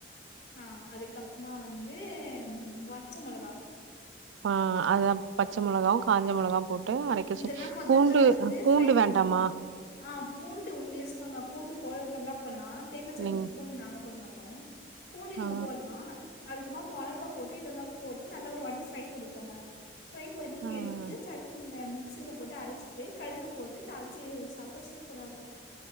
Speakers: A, on the left; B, on the right.
A: ஆ அதுக்கப்மா வந்து ம் வச்ச மொளகா
B: ஆ அதா பச்ச மொளகாவு காஞ்ச மொளகாவு போட் ட்டு அரைக்க
A: இதெல்லா
B: சொல்
A: மொதல்ல
B: பூண்டு
A: வந்து
B: அ பூண்டு
A: ஃப்ரை பண்ணிக்கணு
B: வேண்டாமா
A: ஆ பூண்டு உங்க இஷ்டங்க பூண்டு போட்றதா இருந்தா போட்லா தேங்கா சட்னிக்கு
B: நீங்
A: பூண்டு நாங்க போட மாட்டோ பூண்டு நீங்க
B: ஆ
A: போட்லா அதுக்கப்மா மொளகா போட்டு இதல்லாம் போட்டு நல்லா ஒரு வாட்டி ஃப்ரை பண்ணிக்கோங்க ஃப்ரை பண்ணி
B: ஆ.
A: எடுத் து சட்ன மிக்ச்சியில போட்டு அரச்சிட்டு கடுகு போட்டு தாளிச்சி சாப்ட்டா சூப்பரா இருக்கு